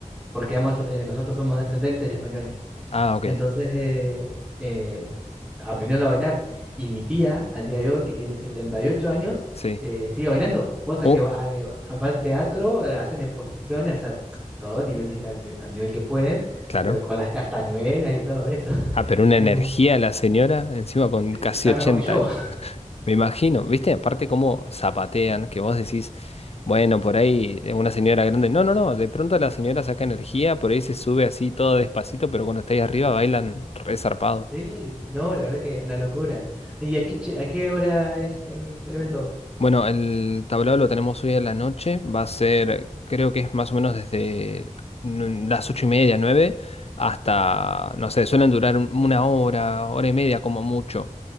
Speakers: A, in the centre; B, on the left.
A: porque ambos, eh, nosotros somos descendientes de españoles.
B: Ah, ok,
A: Entonces eh, eh, aprendieron a bailar. Y mi tía, al día de hoy, que tiene 78 años,
B: sí.
A: eh, sigue bailando. Cosa
B: Uh,
A: que va, eh, va al teatro, eh, hacen exposiciones, o sea, todo nivel, dice, al, al nivel que pueden,
B: claro.
A: pero con las castañuelas y todo eso. <laughs>
B: Ah, pero una
A: Eh,
B: energía la señora, encima con
A: está
B: casi 80
A: mejor que yo.
B: años.
A: <laughs>
B: Me imagino, ¿viste? Aparte cómo zapatean, que vos decís, bueno, por ahí es una señora grande. No, no, no, de pronto la señora saca energía, por ahí se sube así todo despacito, pero cuando está ahí arriba bailan re zarpado.
A: Sí, no, la verdad que una locura. ¿Y a qué, che- a qué hora es el, el evento?
B: Bueno, el tablado lo tenemos hoy en la noche. Va a ser, creo que es más o menos desde mm, las ocho y media, nueve, hasta, no sé, suelen durar un- una hora, hora y media como mucho.